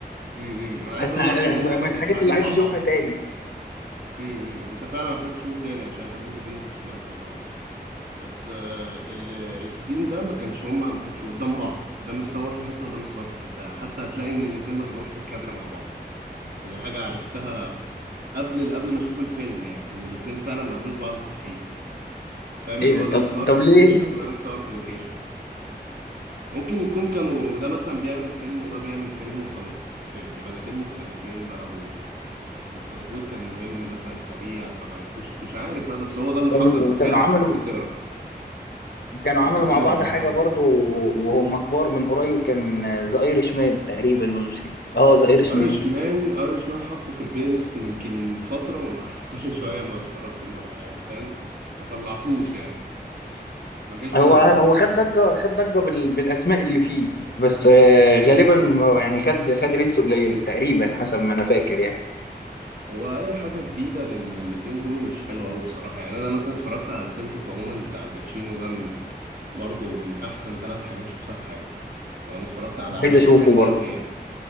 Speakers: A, on the right; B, on the left.
A: امم انا عايز
B: حاسس
A: اقول
B: إن- يعني
A: لك ان هما
B: من
A: ما كانش
B: الحاجات
A: قاعدين
B: اللي عايز
A: مع
B: اشوفها
A: بعض
B: تاني
A: امم انت فعلا محتاج تشوفه تاني عشان انت ممكن تكون ما كنتش مركز ولا حاجة بس آه، ال- السين ده ما كانش هما ما كانش قدام بعض ده مش صور في حتة وده مش صور في حتة حتى هتلاقي ان الاتنين ما طلعوش في الكادر مع بعض ودي حاجة عرفتها قبل قبل ما اشوف الفيلم يعني ان الاتنين فعلا ما قابلوش بعض في الحقيقة فاهم
B: ايه
A: اللي
B: ده
A: هو ده
B: طب
A: مش صور في
B: طب ليه
A: لوكيشن وده مش صور في لوكيشن ممكن يكون كانوا ده مثلا بيعمل فيلم وده بيعمل فيلم وكانوا في في في بلدين مختلفين بقى و... والتصوير كان مهم مثلا سريع فما عرفوش مش عارف بقى بس هو ده اللي
B: كانوا
A: حصل ده فعلا
B: كانوا عملوا
A: ممكن تقرا
B: كانوا عملوا
A: ممكن تقرا
B: مع بعض
A: في العرض
B: حاجة برضو وهم كبار من قريب كان ذا ايرش مان تقريبا ولا مش اه ذا ايرش
A: ايرش
B: مان
A: مان ايرش مان حطه في البلاي ليست من كي- من فتره وما <laughs> كل شويه ما اتفرج ما يعني فاهم ما طلعتوش يعني ما جاش
B: هو
A: دوره
B: هو
A: لحد
B: خد
A: دلوقتي
B: ضجة خد ضجة بال... بالأسماء اللي فيه بس آه، غالبا ما- يعني خد خد ريتس قليلة تقريبا حسب ما أنا فاكر يعني
A: هو اي حاجه جديده لل- للاتنين دول مش حلوه قوي بصراحه يعني انا مثلا اتفرجت على سنتو فومن بتاع الباتشينو ده من برضه من احسن ثلاث حاجات شفتها في حياتي وانا اتفرجت على اعمال
B: عايز أشوفه
A: كتير قوي
B: برضه
A: يعني